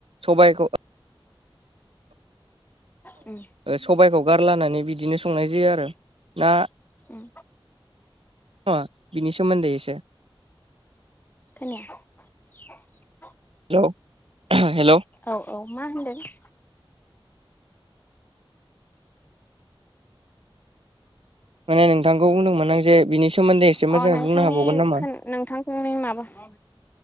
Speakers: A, on the right (about 80°); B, on the left (about 20°).
A: स'बायखौ
B: उम
A: औ स'बायखौ गारलानानै बिदिनो संनाय जायो आरो ना
B: उम
A: अ बिनि सोमोनदै एसे
B: खोनाया <inaudible>
A: औ उम हेलौ
B: औ औ मा होनदों
A: माने नोंथांखौ बुंदोंमोन आं जे बिनि सोमोन्दै एसे
B: अ
A: मोजांयै
B: नोंथांनि
A: बुंनो हाबावगोन नामा
B: नोंथांनि माबाखौ